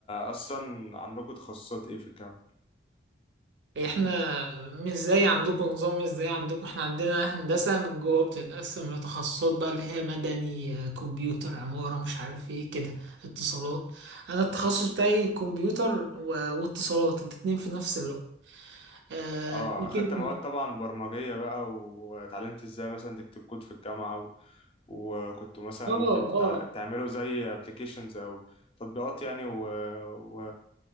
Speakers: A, on the left (about 30°); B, on the right (about 80°).
A: أصلا عندكم تخصصات إيه في الجامعة؟
B: إحنا مش زي عندكم نظام مش زي عندكم إحنا عندنا هندسة من جوه بتتقسم لتخصصات بقى اللي هي مدني آه، كمبيوتر عمارة مش عارف إيه كده اتصالات أنا التخصص بتاعي كمبيوتر و- واتصالات الاتنين في نفس الوقت آه،
A: أه
B: لكن
A: أخدت مواد طبعا برمجية بقى واتعلمت إزاي مثلا تكتب كود في الجامعة وكنتوا مثلا
B: اه اه
A: بتعملوا زي applications أو تطبيقات يعني و... و...